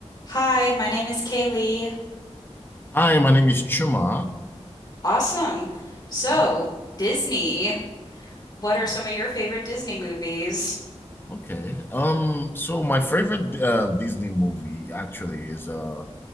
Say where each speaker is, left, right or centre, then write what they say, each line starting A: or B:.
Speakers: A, on the left; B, on the left.
A: Hi, my name is Kaylee.
B: Hi, my name is Chuma.
A: Awesome. So,
B: Hmm,
A: Disney, what are
B: awesome.
A: some of your favorite Disney movies?
B: Okay. Um, so my favorite uh, Disney movie actually is uh